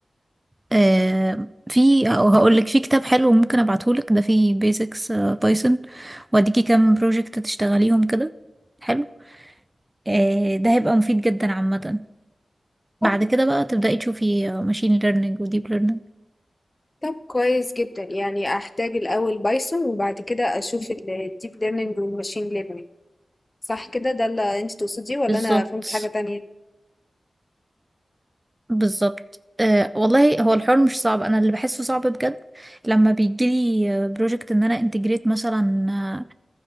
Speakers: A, on the right (about 25°); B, on the left (about 30°).
A: آه، في او هقول لك في كتاب حلو ممكن ابعته لك ده فيه بيزكس بايثون واديكي كام بروجكت تشتغليهم كده حلو آه، ده هيبقى مفيد جدا عامه
B: مم.
A: بعد كده بقى تبداي تشوفي ماشين ليرنينج وديب ليرنينج
B: طب كويس جدا يعني احتاج الاول بايثون وبعد كده اشوف الديب ليرنينج والماشين ليرنينج صح كده ده اللي انت تقصديه ولا
A: بالظبط
B: انا فهمت حاجة تانية
A: بالظبط أه والله هو الحوار مش صعب انا اللي بحسه صعب بجد لما بيجيلي بروجكت ان انا انتجريت مثلا